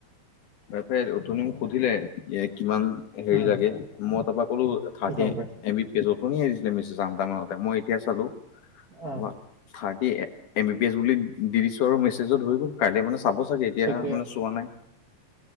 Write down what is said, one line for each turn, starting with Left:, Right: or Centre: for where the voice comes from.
Left: বাইফে উথনি মোক সুধিলে এ কিমান হেৰি
Right: উম
Left: লাগে মই তাপা ক'লো থাৰ্ড
Right: গম
Left: এ
Right: পাইছোঁ
Left: এম বি আছো ওথনি আহিছিলে মিছে জানটামানতে মই এতিয়া চালো তোমাৰ
Right: অ
Left: thirty M B P S বুলি দি দিছো আৰু মেচেজত ধৰিব কাইলে মানে চাব টক এতিয়া
Right: ঠিকে
Left: মানে
Right: আছে
Left: চোৱা নাই